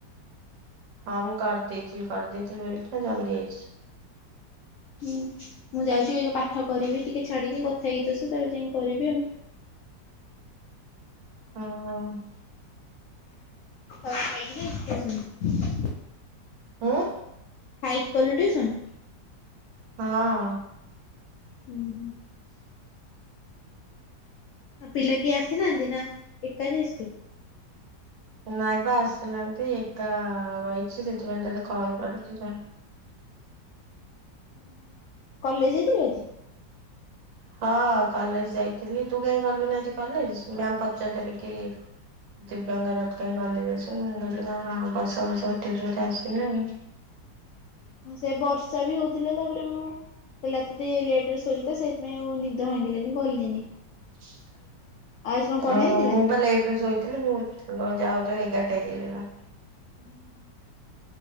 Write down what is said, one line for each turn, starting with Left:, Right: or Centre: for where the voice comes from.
Right: ହଁ ମୁଁ କରି ଦେଇଥିଲି କରି ଦେଇଥିଲି ବୋଲି ଜଲଦି ଆଇଛି
Left: ହୁଁ ମୁଁ ଯାଉଛି ପାଠ କରିବି ଟିକେ ଛାଡିକି କଥା ହେଇକି ଆସେ ତା ପରେ ଯାଇକି କରିବି ଆଉ
Right: ଓହୋ।
Left: ଆଉ ସବୁ ଖାଇକିନି ପୁଛନ୍ତି
Right: ହଁ।
Left: ଖାଇକି କଲୁ ଟିଉସନ
Right: ହଁ।
Left: ହୁଁ ହୁଁ। ଆଉ ପିଲା କିଏ ଆସିନାହାନ୍ତି ନା ଏକା ଯାଇଛୁ ତୁ
Right: ନାଇଁ ବା ଆସିନାହାନ୍ତି ଏକା ବଇଛି ସେଥିପାଇଁ ତତେ କଲ୍ କରିଛି ସେଇଥି ପାଇଁ।
Left: ହୁଁ ହୁଁ। କଲେଜ ଯାଇଥିଲୁ ଆଜି।
Right: ହଁ କଲେଜ ଯାଇଥିଲି ତୁ କାହିଁ ଗଲୁନି ଆଜି କଲେଜ ମ୍ୟାମ ପଚାରିଦେଲେ କି ଦିବ୍ୟାଙ୍ଗ ରଥ କାହିଁ କଲେଜ ଆସୁନି ମୁଁ କହିଲି କଣ ବର୍ଷା ଫର୍ଷା ଉଠେଇଚି ବୋଧେ ଆସିଲାନି।
Left: ସେ ବର୍ଷା ବି ହୋଉଥିଲେ ତାପରେ ମୁଁ କାଲି ରାତିରେ ଲେଟ ରେ ଶୋଇଲି ତ ସେଇଥିପାଇଁ ଆଉ ନିଦ ଭାଙ୍ଗିଲାନି ଗଲିନି।
Right: ଚି ସା।
Left: ଆଉ ଆଜି କଣ ପଢା
Right: ଓ
Left: ହେଇଥିଲା
Right: ମୁଁ ବା ଲେଟରେ ଶୋଇଥିଲି ମୁଁ ଯାଉ ଯାଉ ଏଗାରଟା ହେଏଯାଇଥିଲା।
Left: ହୁଁ